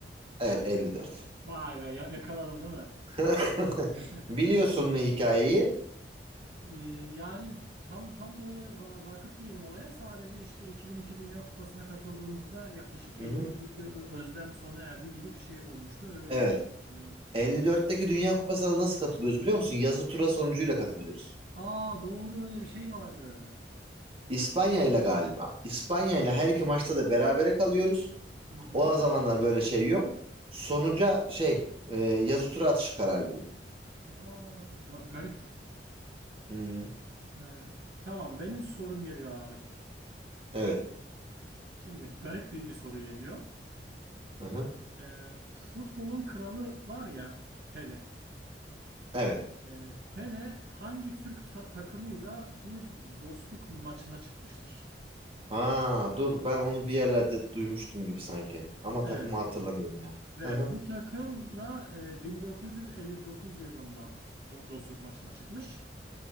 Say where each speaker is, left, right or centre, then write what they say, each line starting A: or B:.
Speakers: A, on the right (about 30°); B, on the right (about 65°).
A: Evet, 54.
B: Vay be ya- yakaladım değil mi?
A: <laughs>
B: <laughs>
A: Biliyorsun mu hikayeyi?
B: Ee, Yani tam tam böyle va- vakıf değilim olaya. Sadece işte 2002 Dünya Kupası'na katıldığımızda yaklaşık 50
A: Hı hı.
B: yıllık bir ö- özlem sona erdi gibi bir şey olmuştu. Öyle
A: Evet.
B: bir şey hatırlıyorum.
A: 54'teki Dünya Kupası'na nasıl katılıyoruz biliyor musun? Yazı tura sonucuyla katılıyoruz.
B: Aa doğru öyle bir şey vardı.
A: İspanya ile galiba. İspanya ile her iki maçta da berabere kalıyoruz.
B: Hı hı.
A: O zamanlar böyle şey yok. Sonuca
B: Hı.
A: şey e, yazı tura atışı karar veriyor.
B: Aa, ga- garip.
A: Hmm,
B: Evet. Tamam benim sorum geliyor abi.
A: evet.
B: Şimdi garip bir, bir soru geliyor.
A: Hı-hı.
B: Ee, futbolun kralı var ya Pele.
A: Evet.
B: Ee, Pele hangi Türk ta- takımıyla bir dostluk maçına çıkmıştır?
A: Ha dur ben onu bir yerlerde duymuştum gibi sanki. Ama
B: Evet
A: takımı hatırlamıyorum ya.
B: ve
A: Hı-hı.
B: bu takımla e, 1959 yılında do- dostluk maçına çıkmış.